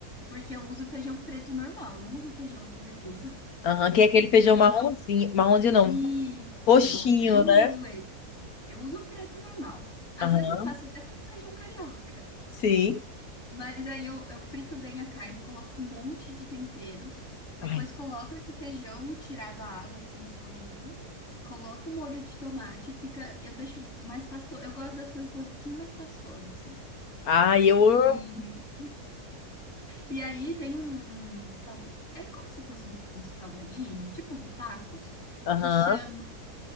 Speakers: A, on the left; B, on the left.
A: porque eu uso feijão preto normal, não uso o feijão que eles usam.
B: Aham, que é aquele feijão
A: <laughs>
B: marronzinho, marronzinho não,
A: Isso,
B: roxinho,
A: eu não
B: né?
A: uso esse, eu uso o preto normal. Às
B: Aham,
A: vezes eu faço até com feijão carioca.
B: sim.
A: Mas aí eu, eu frito bem a carne, coloco um monte de temperos, depois
B: Ai,
A: coloco esse feijão tirado a água, assim, escorrido, coloco o molho de tomate, fica, eu deixo mais pastoso, eu gosto das coisas um pouquinho mais pastosas, assim.
B: ai, eu
A: E,
B: amo.
A: e aí tem um, um salga- é como se fosse um, um salgadinho, tipo um tacos,
B: Aham.
A: que chama